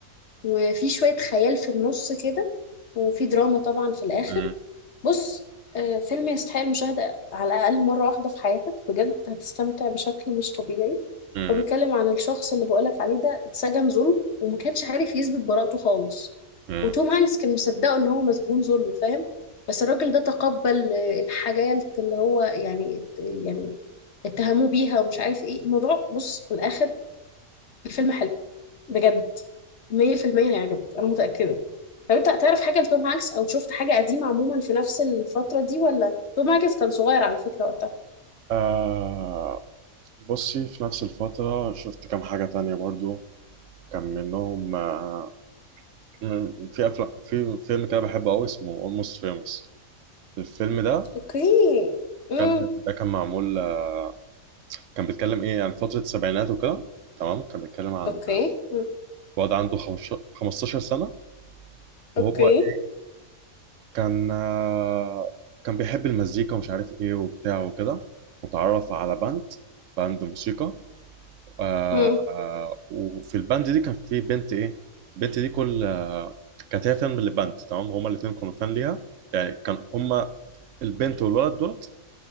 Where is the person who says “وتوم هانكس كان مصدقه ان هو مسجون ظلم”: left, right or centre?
Left